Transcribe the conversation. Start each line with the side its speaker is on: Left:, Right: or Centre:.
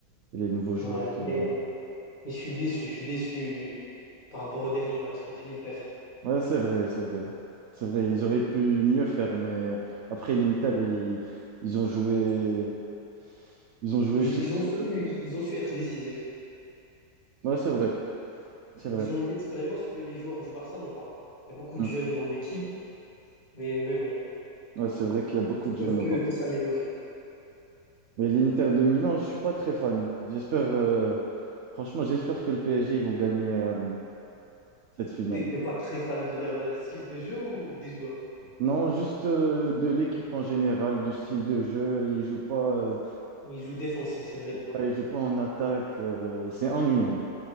Right: et les nouveaux joueurs
Left: Ouais,
Right: qu'il
Left: mais,
Right: y a.
Left: mais je suis déçu, je suis déçu. par rapport au dernier match contre l'Inter.
Right: Ouais, c'est vrai, c'est vrai. C'est vrai, ils auraient pu mieux faire, mais après l'Inter, ils, ils ont joué, ils ont joué
Left: Ils,
Right: chez
Left: ils ont su,
Right: eux.
Left: ils ont su être décisifs.
Right: Ouais, c'est vrai, c'est vrai.
Left: Ils ont eu l'expérience que les joueurs du Barça n'ont pas. Il y a beaucoup
Right: Mm.
Left: de jeunes dans l'équipe, mais, mais bon,
Right: Ouais, c'est vrai qu'il y a beaucoup
Left: ils
Right: de
Left: peuvent
Right: jeunes
Left: que,
Right: au Barça.
Left: que s'améliorer.
Right: Mais l'Inter de Milan, je suis pas très fan. J'espère, euh, franchement, j'espère que le PSG, ils vont gagner euh, cette finale.
Left: T'es t'es pas très fan de leur euh, style de jeu ou des joueurs?
Right: Non, juste euh, de l'équipe en général, du style de jeu. Ils jouent pas, euh,
Left: Ils jouent défensif, c'est vrai.
Right: ouais, ils jouent pas en attaque. euh, c'est ennuyant,